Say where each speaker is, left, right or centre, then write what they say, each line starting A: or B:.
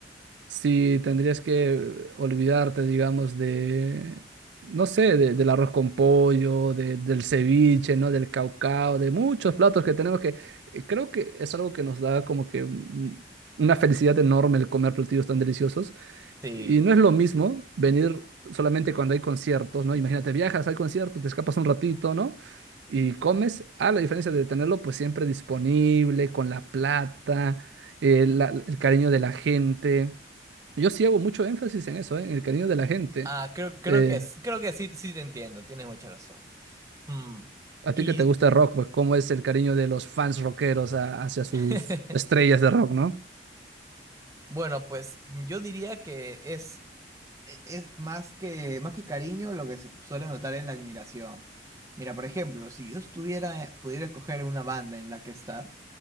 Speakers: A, on the right (about 80°); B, on the right (about 20°).
A: si tendrías que olvidarte, digamos, de, no sé, de- del arroz con pollo, de- del ceviche, ¿no? Del caucao, de muchos platos que tenemos que, eh, creo que es algo que nos da como que mm, una felicidad enorme el comer platillos tan deliciosos.
B: Sí,
A: Y no es lo mismo venir solamente cuando hay conciertos, ¿no? Imagínate, viajas al concierto, te escapas un ratito, ¿no? Y comes, a la diferencia de tenerlo pues siempre disponible, con la plata, eh, la- el cariño de la gente. Yo sí hago mucho énfasis en eso, ¿eh? En el cariño de la gente.
B: Ah, creo, creo
A: Eh,
B: que es- creo que sí, sí te entiendo, tienes mucha razón. Mm,
A: a
B: Y
A: ti que te gusta el rock, pues cómo es el cariño de los fans rockeros a- hacia sus
B: <laughs>
A: estrellas de rock, ¿no?
B: bueno, pues yo diría que es, e- Es más que, más que cariño, lo que se suele notar es la admiración. Mira, por ejemplo, si yo estuviera, eh, pudiera escoger una banda en la que estar,